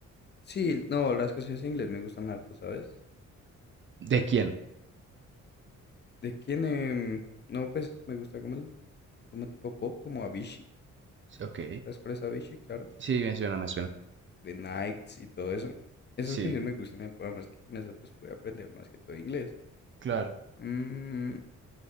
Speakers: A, on the left (about 35°); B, on the right (about 40°).
A: Sí, no, las canciones en inglés me gustan harto, ¿sabes?
B: ¿De quién?
A: ¿De quién? em? no, pues me gusta como el, como tipo pop, como Avicii.
B: Sí, Ok.
A: ¿Sabes cuál es Avicii? Claro.
B: Sí, me suena, me suena.
A: The Nights y todo eso. Esas
B: Sí,
A: canciones me gustan, eh, además que con esas pues puedo aprender más que todo inglés.
B: claro.
A: Mm,